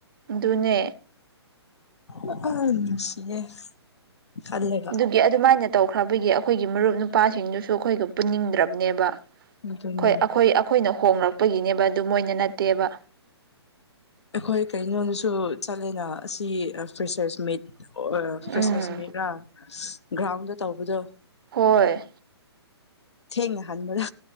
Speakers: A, on the right; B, on the left.
A: ꯑꯗꯨꯅꯦ
B: <unintelligible> ꯅꯨꯡꯁꯤꯌꯦ ꯈꯜꯂꯒ
A: ꯒꯦ ꯑꯗꯨꯃꯥꯏꯅ ꯇꯧꯈ꯭ꯔꯕꯒꯤ ꯑꯩꯈꯣꯏꯒꯤ ꯃꯔꯨꯞ ꯅꯨꯄꯥꯁꯤꯡꯗꯨꯁꯨ ꯑꯩꯈꯣꯏꯒ ꯄꯨꯟꯅꯤꯡꯗ꯭ꯔꯕꯅꯦꯕ
B: ꯑꯗꯨꯅꯦ
A: ꯈꯣꯏ ꯑꯩꯈꯣꯏ ꯑꯩꯈꯣꯏꯅ ꯍꯣꯡꯂꯔꯛꯄꯒꯤꯅꯦꯕ ꯑꯗꯨ ꯃꯣꯏꯅ ꯅꯠꯇꯦꯕ
B: ꯑꯩꯈꯣꯏ ꯀꯩꯅꯣꯗꯁꯨ ꯆꯠꯂꯦꯅ ꯑꯁꯤ ꯑꯥ ꯐ꯭ꯔꯦꯁꯔꯁ ꯃꯤꯠ ꯑꯣꯢ ꯐ꯭ꯔꯦꯁꯔꯁ
A: ꯎꯝ
B: ꯃꯤꯠꯔꯥ ꯒ꯭ꯔꯥꯎꯟꯗ ꯇꯧꯕꯗꯨ
A: ꯍꯣꯏ
B: ꯊꯦꯡꯅ ꯍꯟꯕꯗꯣ